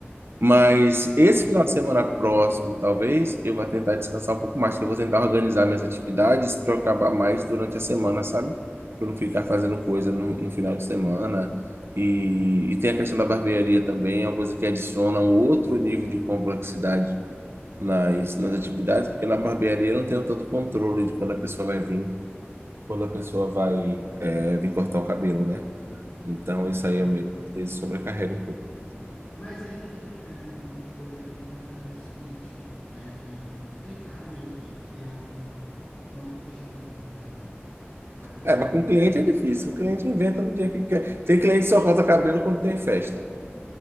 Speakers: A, on the right; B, on the left.
A: Mas
B: É
A: esse final de semana próximo, talvez, eu vá tentar descansar um pouco mais, que eu vou tentar organizar minhas atividades para eu acabar mais durante a semana, sabe? Para não ficar fazendo coisa no, no final de semana e, e tem a questão da barbearia também, é uma coisa que adiciona um outro nível de complexidade nas, nas atividades, porque na barbearia eu não tenho tanto controle de quando a pessoa vai vir, quando a pessoa vai é, vir cortar o cabelo, né? Então isso
B: É,
A: aí é meio, às vezes sobrecarrega um pouco.
B: mas aí, é, amigo, tu poderia tentar fazer o seguinte, é, tentar meio que criar um- uma rotina, né, ali
A: É,
B: pra...
A: mas com cliente é difícil, o cliente inventa no dia que quer. Tem cliente que só corta cabelo quando tem festa.